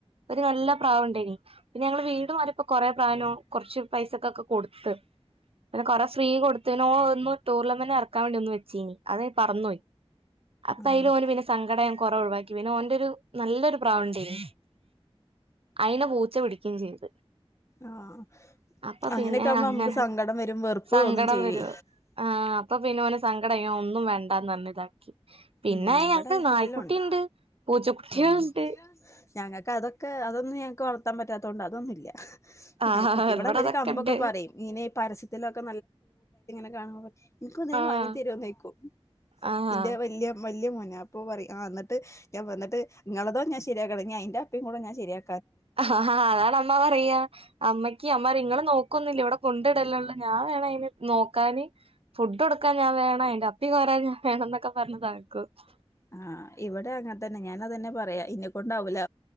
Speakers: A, on the right; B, on the left.
A: ഒരു നല്ല <unintelligible> പിന്നെ ഞങ്ങള് വീട്മാറി ഇപ്പോ കൊറേ പ്റാവിനോ കുറച്ച് പൈസൊക്കെ ക്കെ കൊടുത്ത്. പിന്നെ കൊറെേ ഫ്രീ കൊടുത്തനോ ഒന്ന് ടൂർലമെന്റ് ഇറക്കാൻ വേണ്ടി ഒന്ന് വെച്ചീനി. അതെ പറന്നോയ്. പ്പം
B: ആഹ്
A: അയ്ല് ഓല് പിന്നെ സങ്കടം യ് കുറെ ഒഴിവാക്കി പിന്നെ ഓൻറ രു നല്ലൊരു പ്രാവ്ണ്ടേനി അയിന പൂച്ച പിടിക്കയും ചെയ്ത്.
B: ആഹ്
A: അപ്പൊ
B: അങ്ങനെയൊക്കെ
A: പിന്നെ
B: ആകുമ്പോ
A: അങ്ങനെ
B: നമുക്ക് സങ്കടം വരും വെറുപ്പ്
A: സങ്കടം
B: തോന്നും ചെയ്യുവേ
A: വര ആ അപ്പൊ പിന്നെ ഓനെ സങ്കടം ഇ ഒന്നും വേണ്ടന്ന്. പറഞ്ഞ ഇതാക്കി പിന്നെ
B: ഉം ഇവിടെ
A: ഞക്ക് നായ്ക്കുട്ടിണ്ട്.
B: എല്ലാം ഉണ്ട്
A: പൂച്ചക്കുട്ടിളുണ്ട്.
B: ആഹ് ഞങ്ങൾക്ക് അതൊക്കെ അതൊന്നും ഞങ്ങൾക്ക് വളർത്താൻ പറ്റാത്തോണ്ട് അതൊന്നും ഇല്ല <unintelligible>
A: ആഹ്
B: ഇവിടെ അവര്
A: അതൊക്കെ
B: കമ്പൊക്കെ
A: ഇണ്ട്
B: പറയും ഇനെ പരസ്യത്തിലൊക്കെ എനിക്കന്നേ
A: ആഹ്
B: വാങ്ങി തരുന്നേക്കോ
A: ആഹ്
B: എന്റെ വല്യ വല്യ മോനാ അപ്പോൻ പറിം ന്നട്ട് ഞാ വന്ന്ട്ട് ഇങ്ങളതോ ഞൻ ശരിയാ കണ്ടേ ഇഞ്ഞ് അയിന്റെ അപ്പിം കൂടെ ഞാ ശെരിയാ
A: ആ അതാണ് അമ്മ പറയാ അമ്മയ്ക്ക് അമ്മപറയ ഇങ്ങൾ നോക്കൊന്നുമില്ല. ഇവിടെ കൊണ്ട ഇടലള്ളു. ഞാൻ വേണം അന് നോക്കാന് ഫുഡ് കൊടുക്കാൻ ഞാൻ വേണം. അതിന്റെ അപ്പികോരാൻ ഞാൻ വേണം. എന്നൊക്കെ പറഞ്താകി <unintelligible>
B: ആ ഇവിടെ അങ്ങനെ തന്നെ ഞാനത്ന്നെ പറയാ ഉണ്ടാവൂല്ല